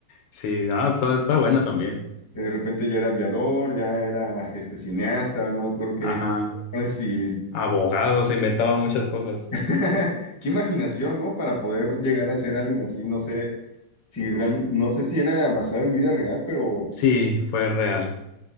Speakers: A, on the left (about 80°); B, on the left (about 20°).
A: Sí, no, está, está bueno también.
B: que de repente ya era aviador, ya era este cineasta, no me acuerdo qué.
A: Ajá.
B: No sé si-
A: abogado, se inventaba muchas cosas.
B: <laughs> Qué imaginación, ¿no? Para poder llegar a ser alguien así, no sé si real- no sé si era basado en vida real, pero
A: Sí, fue real.